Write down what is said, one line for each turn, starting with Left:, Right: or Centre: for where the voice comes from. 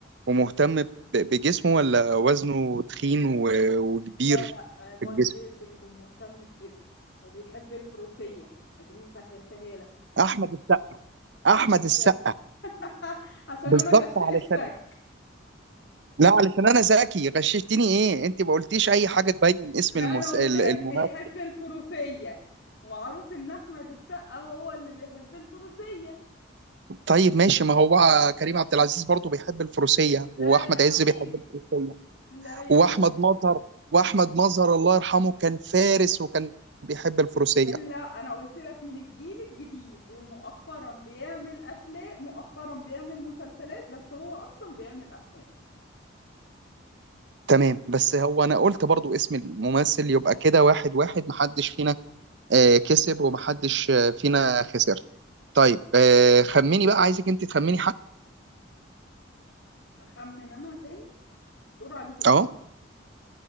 Right: ومهتم ب- بجسمه ولا وزنه تخين و- وكبير
Left: لا لا بودي
Right: في الجسم
Left: بيلدينج ومهتم بجسمه وبيحب الفروسية اديني سهلتها لك
Right: احمد السقا احمد
Left: بالظبط.
Right: السقا
Left: <laughs> عشان
Right: بالظبط
Left: انا غششتك
Right: علشان لا علشان انا ذكي غششتني ايه انت ما قلتيش اي حاجه تبين اسم
Left: لا
Right: المس...
Left: انا قلت
Right: ال-
Left: لك
Right: الممثل
Left: بيحب الفروسية ومعروف ان احمد السقا هو اللي بيحب الفروسية
Right: طيب ماشي ما هو كريم عبد العزيز برضه بيحب الفروسيه
Left: لا
Right: واحمد
Left: يا حبيبي
Right: عز بيحب الفروسيه
Left: لا يا
Right: واحمد
Left: بابا
Right: مظهر واحمد مظهر الله يرحمه كان فارس وكان بيحب الفروسيه
Left: لا انا قلت لك من الجيل الجديد ومؤخرا بيعمل افلام مؤخرا بيعمل مسلسلات بس هو اصلا بيعمل افلام
Right: تمام بس هو انا قلت برضو اسم الممثل يبقى كده واحد واحد محدش فينا آه، كسب ومحدش آه، فينا خسر طيب آه، خمني بقى عايزك انت تخمني حد
Left: اخمن انا تاني دور عليك انت
Right: اهو